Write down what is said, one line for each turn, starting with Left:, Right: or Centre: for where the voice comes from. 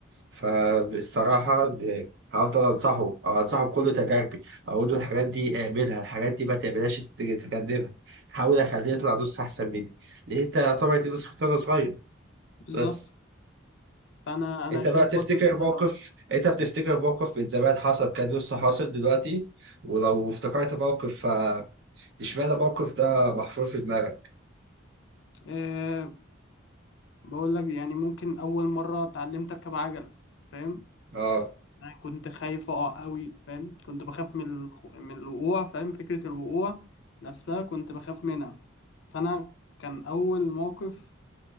Right: فبصراحة ب- هفضل أنصحه أو أنصحه بكل تجاربي أقول له الحاجات دي اعملها الحاجات دي ما تعملهاش ت- تجنبها حاول أخليه يطلع نسخة أحسن مني لأن أنت يعتبر دي نسخة أنا صغير
Left: بالظبط
Right: بس
Left: فانا انا
Right: أنت
Left: شايف
Right: بقى تفتكر
Left: برضو ان انا
Right: موقف
Left: لو
Right: أنت بتفتكر موقف من زمان حصل كان لسه حاصل دلوقتي ولو افتكرت موقف ف- اشمعنى الموقف ده محفور في دماغك
Left: آه بقول لك يعني ممكن اول مره اتعلمت اركب عجله فاهم
Right: أه
Left: انا كنت خايف اقع قوي فاهم كنت بخاف من الخ... من الوقوع فاهم فكره الوقوع نفسها كنت بخاف منها فانا كان اول موقف